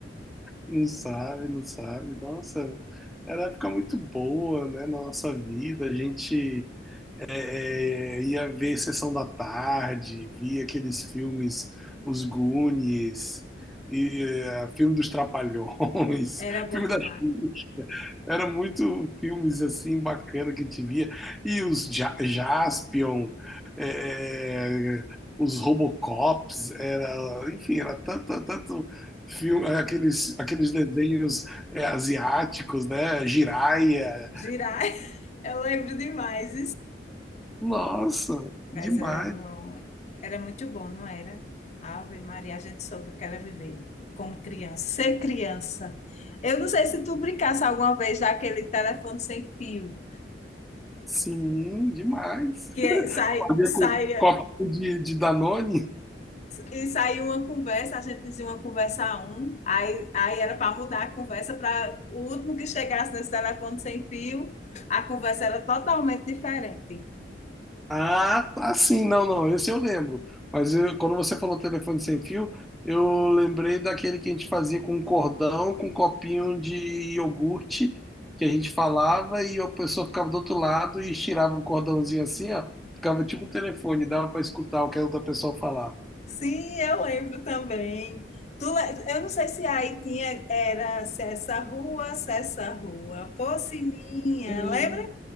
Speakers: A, in the centre; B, on the left.
A: Não sabe, não sabe. Nossa, era uma época muito boa, né? Na nossa vida, a gente É, ia ver Sessão da Tarde, via aqueles filmes, Os Goonies, e é, filme dos Trapalhões,
B: Era
A: <laughs>
B: bom
A: filme
B: demais.
A: das Xuxa. era muito filmes assim bacana que a gente via e os Ja- Jaspion, é, é, os Robocops, era, enfim, era tanto, tanto filme, aqueles aqueles desenhos é, asiáticos, né? Jiraiya,
B: Girar, <laughs> eu lembro demais.
A: nossa,
B: Mas
A: demais.
B: era, bom- era muito bom, não era? Ave Maria, a gente soube o que era viver como criança, ser criança. Eu não sei se tu brincasse alguma vez daquele telefone sem fio,
A: Sim, demais.
B: que sai,
A: Fazia
B: saia,
A: com copinho de, de Danone.
B: e saía uma conversa, a gente dizia uma conversa a um, aí, aí era para mudar a conversa para o último que chegasse nesse telefone sem fio, a conversa era totalmente diferente.
A: Ah, tá sim, não, não, esse eu lembro. Mas eu- quando você falou telefone sem fio, eu lembrei daquele que a gente fazia com cordão, com copinho de iogurte, que a gente falava e a pessoa ficava do outro lado e estirava o cordãozinho assim, ó, ficava tipo o telefone, dava para escutar o que a outra pessoa falava.
B: Sim, eu lembro também. Tu, le- eu não sei se aí tinha, era se essa rua, se essa rua fosse minha,
A: Menino,
B: lembra?